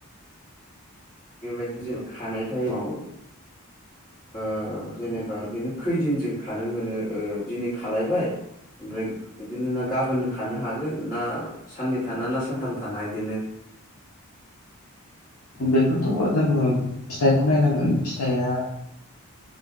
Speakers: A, on the left; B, on the left.
A: बेबायदिन जे खानाय टाइमाव ओ जेनेबा बिदिनो खैदिन जों खानो मोनो ओ दिनै खालायबाय ओमफ्राय इदिनो ना गाबोन खानो हागोन ना साननै थाना ना सानथाम थाना इदिनो
B: बेखौथ' जोङो फिथाइखौ नायनांगोन फिथाइया